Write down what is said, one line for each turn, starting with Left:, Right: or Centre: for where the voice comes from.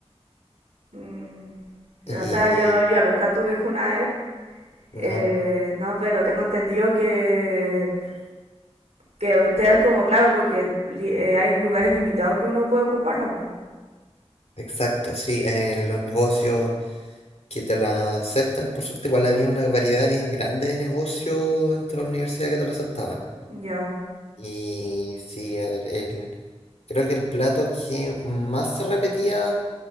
Right: Mm,
Left: Y
Right: O sea, yo, yo nunca tuve Junae.
Left: no,
Right: Eh, no, pero tengo entendido que Que ustedes como, claro, porque li- eh, hay lugares limitados que uno puede ocuparla, pues.
Left: exacto, sí, en los negocios que te la aceptan, por suerte igual había una variedad bien grande de negocios dentro de la universidad que te lo aceptaban.
Right: Ya.
Left: Y sí, el, el- creo que el plato que más se repetía